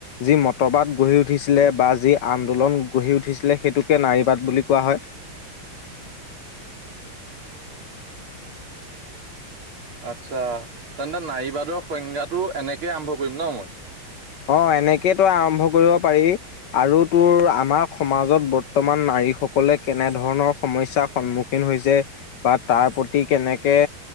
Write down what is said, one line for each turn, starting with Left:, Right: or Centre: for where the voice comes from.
Left: যি মতবাদ গঢ়ি উঠিছিলে বা যি আন্দোলন গঢ়ি উঠিছিলে সেইটোকে নাৰীবাদ বুলি কোৱা হয়।
Right: আচ্ছা তেন্তে নাৰীবাদৰ সংজ্ঞাটো এনেকে আৰম্ভ কৰিম ন মই?
Left: অ', এনেকেই তোৰ আৰম্ভ কৰিব পাৰি। আৰু তোৰ আমাৰ সমাজত বৰ্তমান নাৰীসকলে কেনেধৰণৰ সমস্যা সন্মুখীন হৈছে বা তাৰ প্ৰতি কেনেকে